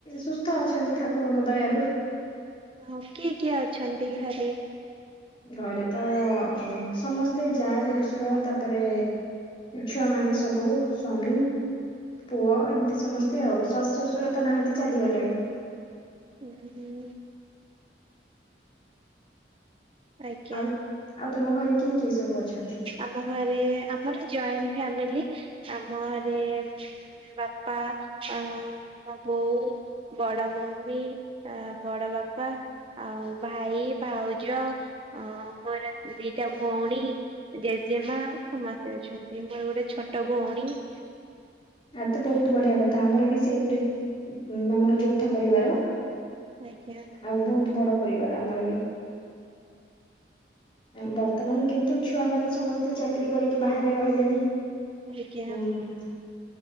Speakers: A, on the left; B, on the right.
A: ସୁସ୍ଥ ଅଛନ୍ତି ଠାକୁରଙ୍କ ଦୟାରୁ।
B: ଆଉ କିଏ କିଏ ଅଛନ୍ତି ଘରେ?
A: ଘରେ ତ ସମସ୍ତେ ଯା ଦେଡୁସୁର ତାପରେ ଛୁଆ ମାନେ ସବୁ ସ୍ଵାମୀ ପୁଅ ଏମତି ସମସ୍ତେ ଆଉ। ଶାଶୁ ଶ୍ୱଶୁର ତ ନାହାନ୍ତି ଚାଲିଗଲେଣି।
B: <unintelligible> ଆଜ୍ଞା।
A: ଆଉ ଆଉ ତମ ଘରେ କିଏ କିଏ ସବୁ ଅଛନ୍ତି?
B: ଆମ ଘରେ ଆମର ଜଏଣ୍ଟ ଫ୍ୟାମିଲି। ଆମ ଘରେ ବାପା ଆ ମୋ ବୋଉ ବଡ ମମି ଆ ବଡ ବାପା ଆଉ ଭାଇ, ଭାଉଜ ମୋର ଦିଟା ଭଉଣୀ ଜେଜେମା ସମସ୍ତେ ଅଛନ୍ତି। ମୋର ଗୋଟେ ଛୋଟ ଭଉଣୀ।
A: ଆ ତ ବହୁତ ବଢିଆ କଥା। ଆମର ବି ସେଇପରି ଆମର ଯୌଥ ପରିବାର।
B: ଆଜ୍ଞା।
A: ଆଉ ବହୁତ ବଡ ପରିବାର ଆମର ବି। ବର୍ତ୍ତମାନ କିନ୍ତୁ ଛୁଆ ମାନେ ସମସ୍ତେ ଚାକିରୀ କରିକି ବାହାରେ ରହିଲେଣି।
B: <unintelligible>
A: ହୁଁ